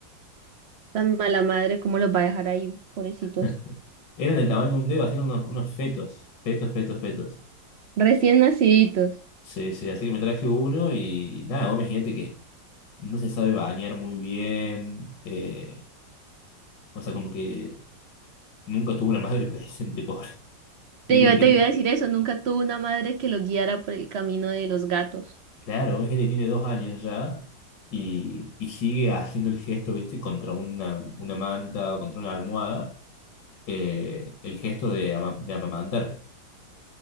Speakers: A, on the right (about 65°); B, on the left (about 75°).
A: Tan mala madre, ¿cómo los va a dejar ahí, pobrecitos?
B: <laughs> Eran del tamaño de un dedo, así eran unos, unos fetos, fetos, fetos, fetos.
A: Recién naciditos.
B: Sí, sí, así que me traje uno y nada, vos imagínate que no se sabe bañar muy bien, eh, o sea, como que nunca tuvo una madre <laughs> presente, pobre.
A: Te
B: Fíjate
A: iba,
B: que tiene,
A: te iba a decir eso, nunca tuvo una madre que lo guiara por el camino de los gatos.
B: claro, hay gente que tiene dos años ya y, y sigue haciendo el gesto, viste, contra una, una manta, contra una almohada. eh, el gesto de, ama- de amamantar.